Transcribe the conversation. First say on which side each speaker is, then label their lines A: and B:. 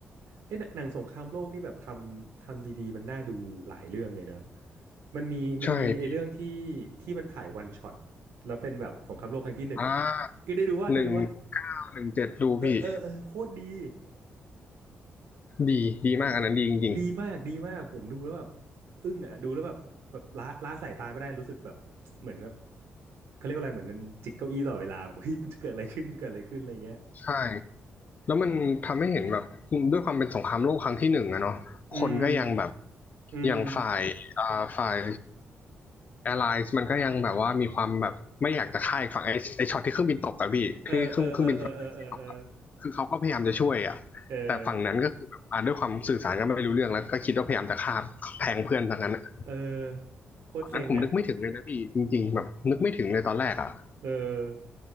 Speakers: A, on the right; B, on the left.
A: ไอ้ยหนังหนังสงครามโลกนี่แบบทำทำดีๆมันน่าดูหลายเรื่องเลยเนอะมันมีมันมีไอ้เรื่องที่
B: ใช่พี่
A: ที่มันถ่ายวันช็อตแล้วเป็นแบบสงครามโลกครั้งที่หนึ่งอ่ะคือได้ดูว่าได้ดูว่า
B: อ่าหนึ่งเก้าหนึ่งเจ็ดดูพี่
A: เออเออเออโคตรดี
B: ดีดีมากอันนั้นดีจริง
A: หนังดีมากดีมากผมดูแล้วแบบอึ้งอ่ะดูแล้วแบบแบบละละสายตาไม่ได้รู้สึกแบบเหมือนแบบเขาเรียกว่าอะไรเหมือนมันจิกเก้าอี้ตลอดเวลาแบบเฮ้ยมันจะเกิดอะไรขึ้นเกิดอะไรขึ้นอะไรเงี้ย
B: ๆใช่ แล้วมันทำให้เห็นแบบด้วยความเป็นสงครามโลกครั้งที่หนึ่งอะเนาะคนก็ยังแบบ
A: อืมอืม
B: อย่างฝ่ายอ่าฝ่ายแอร์ไลน์มันก็ยังแบบว่ามีความแบบไม่อยากจะฆ่าอีกฝั่งไอ้ไอ้ช็อตที่เครื่องบินตกอะพี่ที่เครื่องเครื่องบินฝั่งตกอะคือเขาก็พยายามจะช่วยอะแต่ฝั่งนั้นก็คือแบบอ่าด้วยความสื่อสารกันไม่รู้เรื่องแล้วก็คิดว่าพยายามจะฆ่าแทงเพื่อนทางนั้นอะ
A: เออเออเออเออเออเออเออเออ เออโคตรเซ็งอ่ะ
B: ตอนนั้นผมนึกไม่ถึงเลยนะพี่จริงๆแบบนึกไม่ถึงเลยตอนแรกอะ
A: เออ